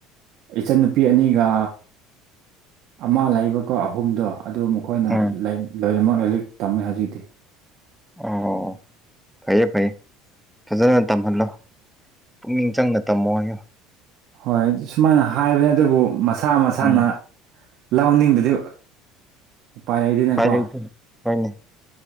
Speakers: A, on the right; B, in the centre.
A: ꯏꯆꯟꯅꯨꯄꯤ ꯑꯅꯤꯒ ꯑꯃ ꯂꯩꯕꯀꯣ ꯑꯍꯨꯝꯗꯣ ꯑꯗꯨ ꯃꯈꯣꯏꯅ
B: ꯎꯝ
A: ꯂꯣꯏꯅꯃꯛ ꯂꯥꯏꯔꯤꯛ ꯇꯝꯃꯦ ꯍꯧꯖꯤꯛꯇꯤ <unintelligible>
B: ꯑꯣ ꯐꯩꯌꯦ ꯐꯩꯌꯦ ꯐꯖꯅ ꯇꯝꯍꯜꯂꯣ ꯄꯨꯛꯅꯤꯡ ꯆꯪꯅ ꯇꯝꯃꯣ ꯍꯥꯏꯌꯣ
A: ꯍꯣꯏ ꯁꯨꯃꯥꯏꯅ ꯍꯥꯏꯕꯅꯤ ꯑꯗꯨꯕꯨ ꯃꯁꯥ ꯃꯁꯥꯅ
B: ꯎꯝ
A: ꯂꯥꯎꯅꯤꯡꯗꯗꯤ ꯎꯄꯥꯏ ꯂꯩꯗꯦꯅꯦꯀꯣ
B: ꯎꯄꯥꯏ ꯂꯩꯇꯦ ꯍꯣꯏꯅꯦ